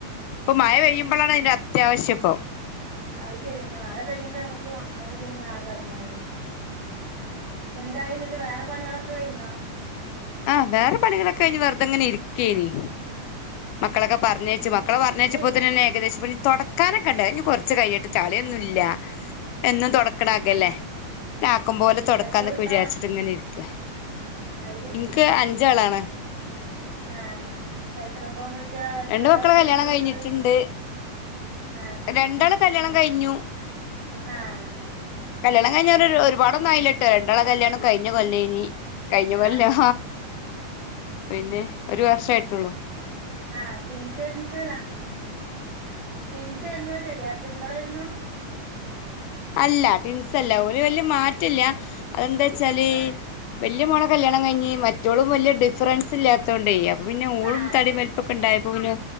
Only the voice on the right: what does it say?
അയ് ശെര്യന്നെ മഴ പെയ്യുമ്പളാണ് അമക്ക് ഒണക്ക്ണേ ഇല്ലങ്കി ആകെ എടങ്ങേറെന്നെ. എന്തായിങ്ങട്ട് വേറെ പണികളൊക്കെ കയിഞ്ഞോ?
ഉം
കുളി
ഉം
ഉം
എത്ര കുട്ടിയാ
അത് ശരിയാണ്
ആഹ് എത്ര പോന്നട്ട്യാളാ എത്രേലാ
പഠിക്കണ
കുട്ട്യേള്.
ആഹ്
ആഹ്
ആഹ്
ആ ട്വിൻസേയിരുന്ന് രാ ട്വിൻസ് <unintelligible> എരട്ട കുട്ടികളായിരുന്നോ
ആഹ്
ആഹ്